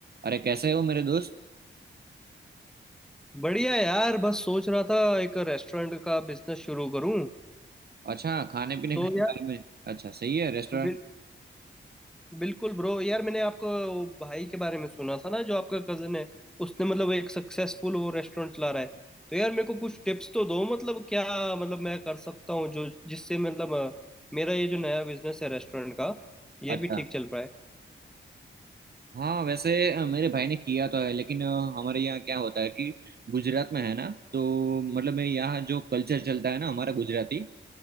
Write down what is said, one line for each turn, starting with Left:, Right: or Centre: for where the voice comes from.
Right: अरे कैसे हो मेरे दोस्त
Centre: बढ़िया यार बस सोच रहा था एक रेस्टोरेंट का बिजनेस शुरू करूं
Right: अच्छा खाने पीने
Centre: तो
Right: के
Centre: यार
Right: बारे में अच्छा सही है रेस्टोरेंट
Centre: बिल, बिल्कुल ब्रो यार मैंने आपको वो भाई के बारे में सुना था ना जो आपका कजन है उसने मतलब एक सक्सेसफुल वो रेस्टोरेंट चला रहा है तो यार मेरे को कुछ टिप्स तो दो मतलब क्या मतलब मैं कर सकता हूँ जो जिससे मतलब अ, मेरा ये जो नया बिजनेस है रेस्टोरेंट का ये
Right: अच्छा
Centre: भी ठीक चल पाए
Right: हाँ वैसे अ, मेरे भाई ने किया तो है लेकिन अ, हमारे यहाँ क्या होता है कि गुजरात में है ना तो मतलब मेरे यहाँ जो कल्चर चलता है ना हमारा गुजराती